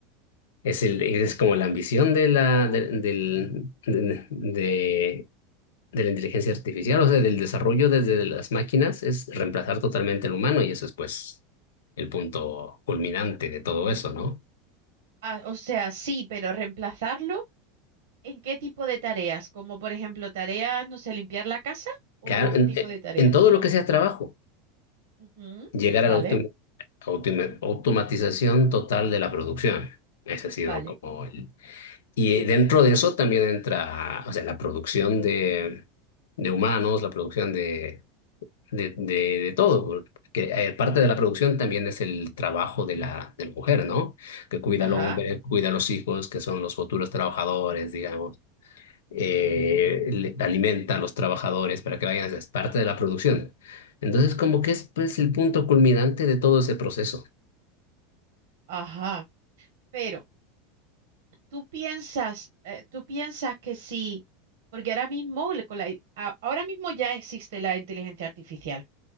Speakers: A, on the left (about 90°); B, on the right (about 75°).
A: es el, es como la ambición de la, de, del- de, de- de la inteligencia artificial, o sea, del desarrollo desde las máquinas, es reemplazar totalmente al humano y eso es pues el punto culminante de todo eso, ¿no?
B: Ah, o sea, sí, pero reemplazarlo en qué tipo de tareas, como por ejemplo tareas, no sé, limpiar la casa o
A: Claro,
B: qué
A: en,
B: tipo
A: eh,
B: de tarea,
A: en- todo lo que sea trabajo,
B: Ujú,
A: llegar
B: Vale,
A: a la autom- autom- automatización total de la producción. Ese ha sido
B: vale.
A: como el... Y eh, dentro de eso también entra, o sea, la producción de, de humanos, la producción de, de, de, de todo, porque eh, parte de la producción también es el trabajo de la, de la mujer, ¿no? Que cuida
B: Ajá,
A: al hombre, cuida a los hijos, que son los futuros trabajadores, digamos eh, le- alimenta a los trabajadores para que vayan, es parte de la producción. Entonces, como que es pues, el punto culminante de todo ese proceso.
B: ajá. Pero tú piensas, eh, tú piensas que sí, porque ahora mismo, le- con la, i- a- ahora mismo ya existe la inteligencia artificial.